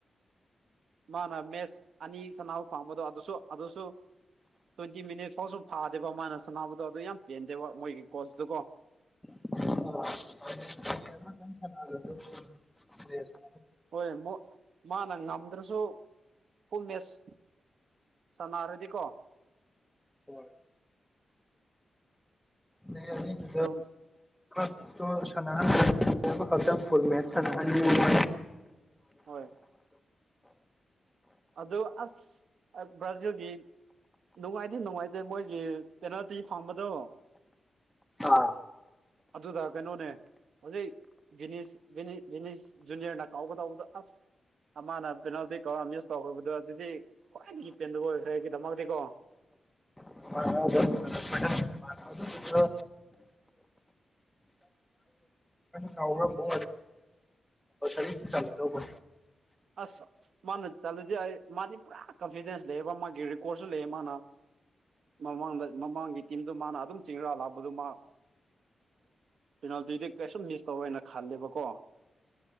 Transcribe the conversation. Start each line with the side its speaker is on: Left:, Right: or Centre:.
Right: ꯃꯥꯅ ꯃꯦꯁ ꯑꯅꯤ ꯁꯅꯥꯕꯨ ꯐꯥꯝꯕꯗꯣ ꯑꯗꯨꯁꯨ ꯑꯗꯨꯁꯨ ꯇ꯭ꯋꯦꯟꯇꯤ ꯃꯤꯅꯤꯠ ꯐꯥꯎꯁꯨ ꯐꯥꯗꯦꯀꯣ ꯃꯥꯅ ꯁꯅꯥꯕꯨꯗꯣ ꯑꯗꯨ ꯌꯥꯝ ꯄꯦꯟꯗꯦꯕ ꯃꯣꯏꯒꯤ ꯀꯣꯆꯇꯨꯀꯣ
Centre: ꯑꯣ <unintelligible> ꯑꯁ
Right: ꯍꯣꯏ ꯃꯥꯅ ꯉꯝꯗ꯭ꯔꯁꯨ ꯐꯃꯦꯁ ꯁꯅꯔꯗꯤ ꯀꯣ
Centre: ꯍꯣꯏ ꯂꯩꯅꯤ
Right: ꯑꯗꯨꯝ
Centre: ꯣ ꯁꯅꯥꯍ ꯐ ꯃ ꯁꯅꯍ
Right: ꯍꯣꯏ ꯑꯗꯨꯣ ꯑꯁ ꯕ꯭ꯔꯥꯖꯤꯜꯒꯤ ꯅꯨꯡꯉꯥꯏꯇ ꯅꯨꯡꯉꯥꯏꯇꯦ ꯃꯣꯏꯒꯤ ꯄꯦꯅꯥꯣꯇꯤ ꯐꯪꯕꯗꯣ
Centre: ꯑꯥ
Right: ꯑꯗꯨꯗ ꯀꯩꯅꯣꯅꯦ ꯍꯧꯖꯤꯛꯅꯤ ꯅꯤꯁ ꯖꯨꯅꯤꯌꯔꯅ ꯀꯥꯎꯒꯗꯥꯎꯕꯗ ꯑꯁ ꯑꯃꯅ ꯄꯦꯅꯥꯜꯇꯤ ꯀꯧꯔ ꯃꯤꯁ ꯇꯧꯈ꯭ꯔꯕꯗꯣ ꯑꯗꯨꯗꯤ ꯈ꯭ꯋꯥꯏꯗꯒꯤ ꯄꯦꯟꯗꯕ ꯑꯣꯏꯈ꯭ꯔꯦꯒꯤꯗꯃꯛꯇꯗꯤꯀꯣ
Centre: ꯍ ꯑꯗꯨ ꯆꯠꯇ꯭ꯔ ꯁꯥꯎꯅꯕꯣ ꯆꯂꯣꯧꯕ
Right: ꯑꯁ ꯃꯥꯅ ꯆꯠꯂꯨꯗꯤ ꯑꯩ ꯃꯥꯗꯤ ꯄꯨꯔꯥ ꯀꯟꯐꯤꯗꯦꯟꯁ ꯂꯩꯕ ꯃꯥꯒꯤ ꯔꯦꯀꯣꯔꯠꯁꯨ ꯂꯩ ꯃꯥꯅ ꯃꯃꯥꯡꯗ ꯃꯃꯥꯡꯒꯤ ꯇꯤꯝꯗ ꯃꯥꯅ ꯑꯗꯨꯝ ꯆꯤꯡꯔ ꯂꯥꯛꯄꯗꯨ ꯃꯥ ꯄꯦꯅꯥꯜꯇꯤꯗꯤ ꯀꯩꯁꯨꯝ ꯂꯤꯁ ꯇꯧꯔꯦꯅ ꯈꯜꯂꯦꯕꯀꯣ